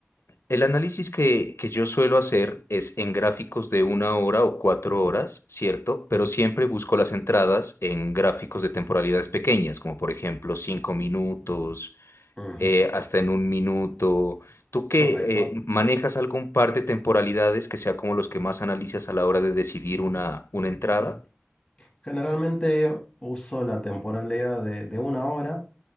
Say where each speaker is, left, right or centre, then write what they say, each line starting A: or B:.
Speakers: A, on the left (about 85°); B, on the left (about 20°).
A: El análisis que, que yo suelo hacer es en gráficos de una hora o cuatro horas, ¿cierto? Pero siempre busco las entradas en gráficos de temporalidades pequeñas, como por ejemplo cinco minutos,
B: Ujú,
A: eh, hasta en un minuto. ¿Tú que
B: Correcto.
A: manejas algún par de temporalidades que sea como los que más analizas a la hora de decidir una, una entrada?
B: <clears throat> Generalmente uso la temporalidad de, de una hora